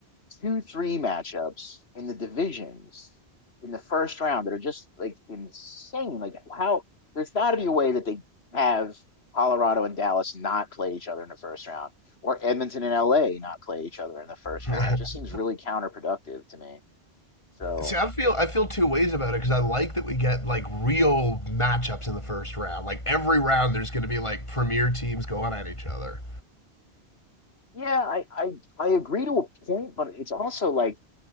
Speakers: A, on the left; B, on the left.
A: two three matchups in the divisions in the first round that are just like insane. Like how there's got to be a way that they have Colorado and Dallas not play each other in the first round, or Edmonton and LA not play each other in the first
B: <laughs>
A: round. It just seems really counterproductive to me. So
B: See, I feel
A: uh,
B: I feel two ways about it because I like that we get like real matchups in the first round. Like every round, there's going to be like premier teams going at each other.
A: yeah, I I I agree to a point, but it's also like